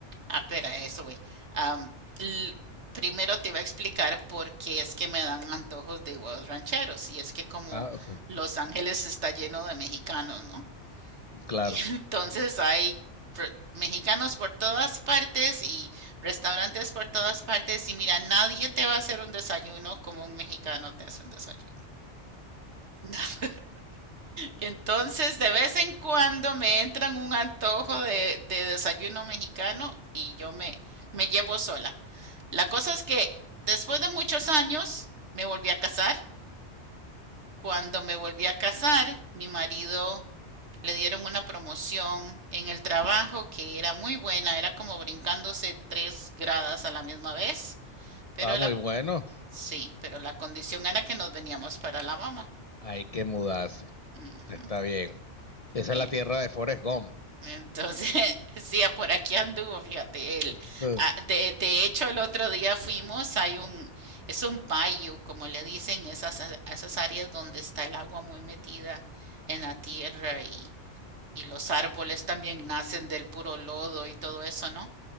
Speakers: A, on the right; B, on the left.
A: Ah, espera, eso, güey. Am, l- primero te iba a explicar por qué es que me dan antojos de huevos rancheros. Y es que como
B: Ah, <laughs>
A: Los Ángeles está lleno de mexicanos, ¿no?
B: claro.
A: Y <laughs> entonces hay re- mexicanos por todas partes y restaurantes por todas partes y mira, nadie te va a hacer un desayuno como un mexicano te hace un desayuno. <laughs> Entonces, de vez en cuando me entran un antojo de, de desayuno mexicano y yo me, me llevo sola. La cosa es que después de muchos años me volví a casar. Cuando me volví a casar, mi marido le dieron una promoción en el trabajo que era muy buena, era como brincándose tres gradas a la misma vez, pero
B: Ah, muy
A: la,
B: bueno.
A: sí, pero la condición era que nos veníamos para la mamá.
B: Hay que mudarse.
A: Ujú.
B: Está bien. Esa
A: Eh,
B: es la tierra de Forrest Gump.
A: entonces, <laughs> sí, por aquí anduvo, fíjate, él.
B: <laughs>
A: Ah, de, de hecho, el otro día fuimos, hay un, es un bayou, como le dicen, esas, a- esas áreas donde está el agua muy metida en la tierra y, y los árboles también nacen del puro lodo y todo eso, ¿no?